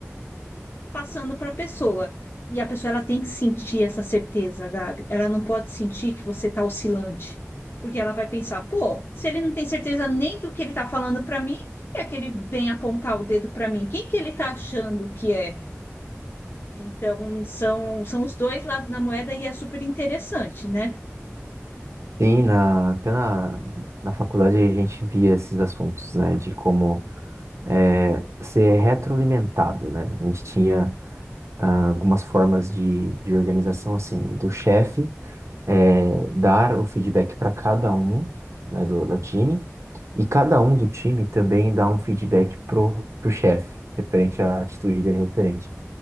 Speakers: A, on the left; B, on the right.
A: passando para a pessoa. E a pessoa ela tem que sentir essa certeza, Gabi. Ela não pode sentir que você está oscilante, porque ela vai pensar, pô, se ele não tem certeza nem do que ele está falando para mim, quem é que ele vem apontar o dedo para mim? Quem que ele está achando que é? Então, são, são os dois lados da moeda e é super interessante, né?
B: Sim, na, até na, na faculdade a gente via esses assuntos, né, de como é, ser retroalimentado, né? A gente tinha ah, algumas formas de, de organização, assim, do chefe é, dar o feedback para cada um, né, do, do time, e cada um do time também dá um feedback pro, pro chefe, referente à atitude dele, referente.